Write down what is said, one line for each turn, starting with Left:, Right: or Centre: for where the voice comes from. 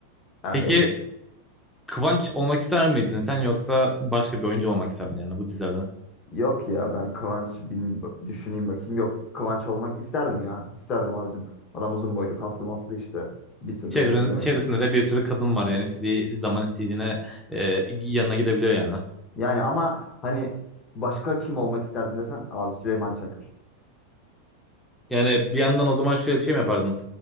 Left: Ya
Centre: Peki
Left: benim
Centre: Kıvanç olmak ister miydin sen yoksa başka bir oyuncu mu olmak isterdin yani bu dizilerden?
Left: yok ya ben Kıvanç bin, düşüneyim bakayım. Yok Kıvanç olmak isterdim ya. İsterdim abicim. Adam uzun boylu kaslı maslı işte. Bir sürü
Centre: Çevren,
Left: de dizide oynuyor.
Centre: çevresinde de bir sürü kadın var yani istediği zaman istediğine e, yanına gidebiliyor yani.
Left: Yani ama hani başka kim olmak isterdin desen abi Süleyman Çakır.
Centre: Yani bir yandan o zaman şöyle bir şey mi yapardın?